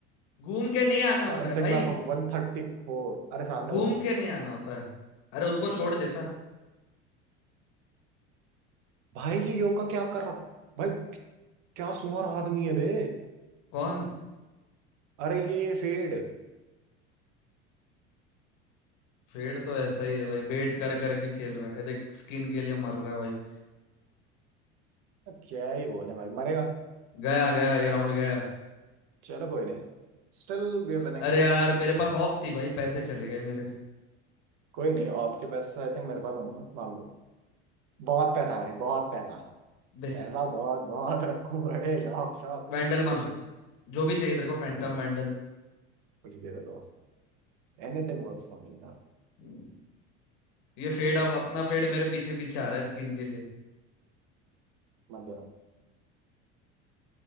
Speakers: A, on the left (about 65°); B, on the right (about 65°).
A: घूम के नहीं आना
B: पर
A: होता
B: अनंत
A: है भाई
B: में आप वन थर्टी फोर अरे सामने
A: घूम
B: होता
A: के नहीं आना होता है अरे उसको
B: फिनिक्स
A: छोड़ देता
B: भाई ये योगा क्या कर रहा भाई क्या सुअर आदमी है बे
A: कौन
B: अरे ये फेड
A: फेड तो ऐसा ही है भाई बेट कर करके खेल रहा है ये देख स्किन के लिए मर रहा है भाई
B: क्या ही बोले भाई मरेगा
A: गया गया ये राउंड गया
B: चलो कोई नहीं स्टिल वी आर विनिंग
A: अरे यार मेरे पास ऑप थी भाई पैसे चले गए मेरे
B: कोई नहीं आपके पास आई थिंक मेरे पास होंगे मान लो बहुत पैसा है भाई बहुत पैसा
A: दे
B: पैसा बहुत बहुत रखूं बड़े शौक शौक
A: वैंडल मांग
B: Oh shit
A: जो भी चाहिए तेरे को फैंटम
B: कुछ
A: वैंडल
B: भी दे दो एनीथिंग वर्क्स फॉर मी ना
A: हम्म, ये फेड अब अपना फेड मेरे पीछे पीछे आ रहा है स्किन के लिए
B: मत देना